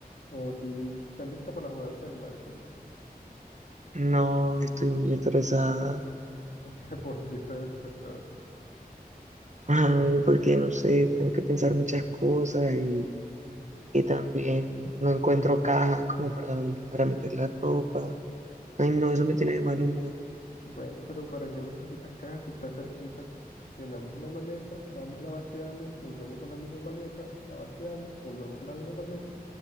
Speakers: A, on the left; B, on the right.
A: Todo lis- está lista para la mudanza del martes.
B: No, estoy muy estresada.
A: <laughs> Porque estás estresada.
B: <laughs> Ay, porque no sé, tengo que pensar muchas cosas y, y también no encuentro cajas como para, para meter la ropa. Ay, no, eso me tiene de mal humor.
A: Bueno, pero ¿para qué necesitas caja si está cerquita? Llenamos una maleta, vamos, la vaciamos, volvemos con la misma maleta, la vaciamos, volvemos con la misma maleta